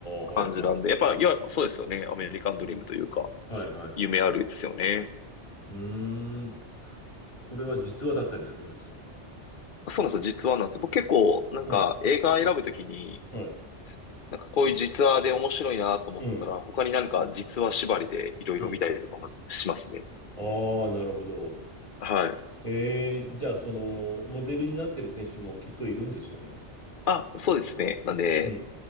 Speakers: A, on the left (about 25°); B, on the left (about 50°).
A: はいはい。
B: 感じなんで、やっぱ、いわそうですよね。アメリカンドリームというか、
A: はいはい。
B: 夢あるですよね。
A: うーん。これは実話だったりするんですかね
B: そうなんですよ、実話なんです。僕結構、なんか映画選ぶときに、
A: うん、はい。
B: なんかこういう実話で面白いなと思ったら、
A: うん、
B: 他になんか実話縛りでいろいろ見たりとかもしますね。
A: うん。ああ、なるほど。
B: はい。
A: えー、じゃあ、その、モデルになってる選手もきっといるんですよね。
B: あ、そうですね。なんで、
A: うん。